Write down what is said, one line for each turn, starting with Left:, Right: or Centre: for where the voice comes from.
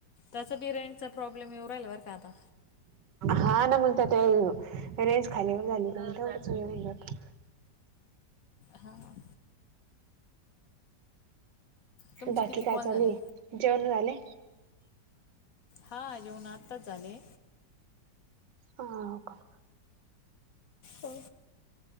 Left: तसं बी रेंजचा प्रॉब्लेम येउ राहिला बर का आता
Right: हा ना मग त्या त्या रेंज खालीवर झाली का तेवढंच येऊन जातं
Left: हा तुमचे
Right: बाकी
Left: किती
Right: काय
Left: कॉल
Right: चालूये
Left: झाले?
Right: जेवनं झाली
Left: हा जेवणं आताच झाली
Right: हां का
Left: हो